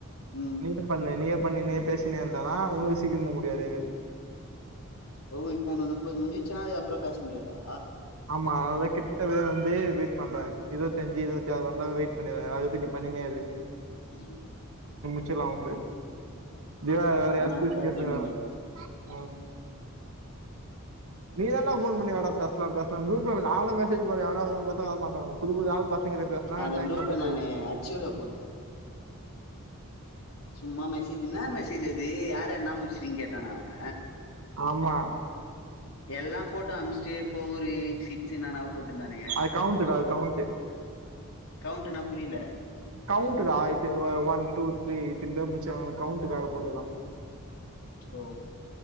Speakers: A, on the left (about 75°); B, on the right (about 75°).
A: ம்
B: நீயே பண்ணு நீயே பண்ணினு பேசினே இருந்தனா உனக்கு சீக்கிரமா முடியாது எனது
A: ஓ இப்ப நா முப்பது முடுஞ்ச்சுனா அதுக்கப்றோ பேச முடியாதா
B: ஆமா அதனாலதா கிட்டவே வந்து வெயிட் பண்றே இருவத்தஞ்சு இருவத்தாறு வந்தா வெ யிட் பண்ணிருவே அதுவரைக்கு நீ பண்ணின்னே இரு
A: ம்
B: முச்சில்லா வந்து இங்க
A: அவ்ளோதானா
B: வேற யாரோ ஃபீஸ்
A: பேசணுமே
B: கேட்ருகாங்க ம் நீ தான்டா போன் பண்ணி வாடா பேசலா பேசலா குரூப்ல நாயெல்லா மெசேஜ் போடுவ எவனா வருவான் பாத்தா வரமாட்டானுங் புது புது ஆள்
A: அந்த
B: <unintelligible> டைம்
A: குரூப்ப
B: போட்டுருக்கு
A: நானு அச்சீவ்ல போட்டே சும்மா மெசேஜ் என்ன மெசேஜ் அது யாரு யாருன்னா முடிச்சிருக்கிங்க கேட்டான அவன்
B: ஆமா
A: எல்லாம் போட்டோ அம்ஸ்டு ஃபோர்ரு சிக்ஸ் நானா போட்டுந்தானய்ய
B: அது கவுண்ட்டுடா அது கவுண்ட்டு.
A: கவுண்டுன்னா புரியல
B: கவுண்டுடா இது ஒன் டூ த்ரீ இத்தின்தா முச்ச கவுண்ட்டுக்காக போட்ருகான்
A: ஓ